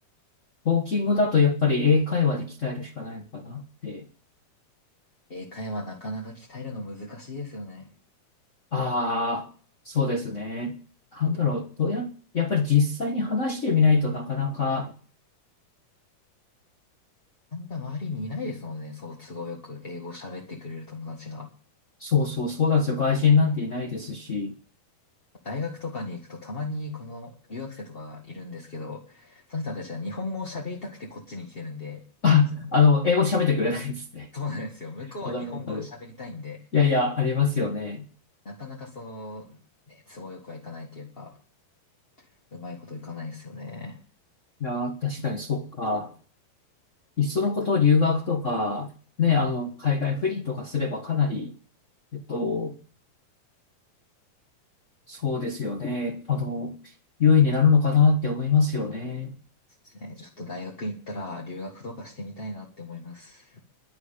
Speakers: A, on the left (about 40°); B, on the left (about 25°).
A: トーキングだとやっぱり英会話で鍛えるしかないのかなって。
B: 英会話なかなか鍛えるの難しいですよね。
A: ああ、そうですね。なんだろう、どうや、やっぱり実際に話してみないとなかなか、
B: あんか周りにいないですもんね。そう、都合よく英語を喋ってくれる友達が。
A: そうそう、そうなんですよ。外人なんていないですし、
B: 大学とかに行くとたまにこの留学生とかがいるんですけど、その人たちは日本語を喋りたくてこっちに来てるんで、
A: あ、
B: そ
A: あの、英語喋ってくれないんですね。
B: そうなんですよ。向こうは日本語が喋りたいんで、
A: <laughs> わかるわかる。いやいや、ありますよね。
B: なかなかそう、ね、都合よくはいかないっていうか、うまいこといかないですよね。
A: いやー、確かにそうか。いっそのこと留学とか、ね、あの、海外赴任とかすればかなり、えっと、そうですよね。あの、優位になるのかなって思いますよね。
B: そうですね。ちょっと大学行ったら留学とかしてみたいなって思います。